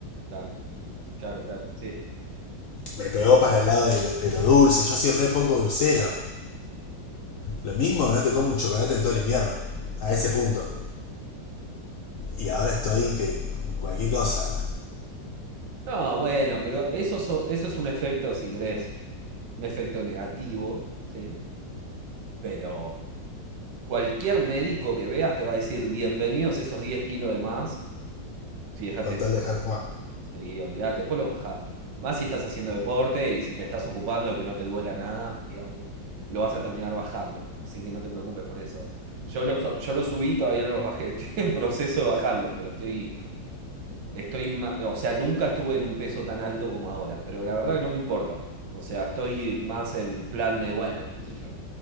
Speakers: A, on the right; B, on the left.
A: Claro, claro, claro, sí.
B: me pegó para el lado de, de lo dulce. Yo soy re poco dulcero. Lo mismo no te como un chocolate en todo el invierno. A ese punto. Y ahora estoy que cualquier cosa.
A: No, bueno, pero eso, so- eso es un efecto, si querés, un efecto negativo, ¿sí? Pero cualquier médico que veas te va a decir, bienvenidos esos 10 kilos de más si dejaste
B: Con
A: de
B: tal
A: fumar.
B: de dejar de fumar.
A: Sí, olvídate, después los bajás. Más si estás haciendo deporte y si te estás ocupando de que no te duela nada, digamos, lo vas a terminar bajando. Así que no te preocupes por eso. Yo los, yo los subí, todavía no los bajé. <laughs> Estoy en proceso de bajarlos, pero estoy Estoy, ma- o sea, nunca estuve en un peso tan alto como ahora, pero la verdad que no me importa. O sea, estoy más en plan de, bueno, qué sé yo.